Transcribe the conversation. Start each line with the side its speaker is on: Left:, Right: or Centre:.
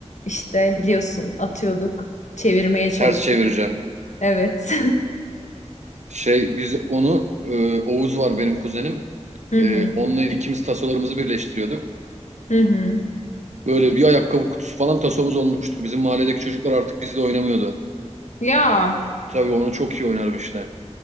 Left: işte biliyorsun atıyorduk, çevirmeye çalışıyorduk.
Right: ters çevireceğim.
Left: Evet.
Right: Şey biz onu e, Oğuz var benim kuzenim.
Left: <laughs> Hı
Right: E,
Left: hı.
Right: onunla ikimiz tasolarımızı birleştiriyorduk.
Left: Hı hı.
Right: Böyle bir ayakkabı kutusu falan tasomuz olmuştu. Bizim mahalledeki çocuklar artık bizle oynamıyordu.
Left: Ya
Right: Tabii onu çok iyi oynarım işte.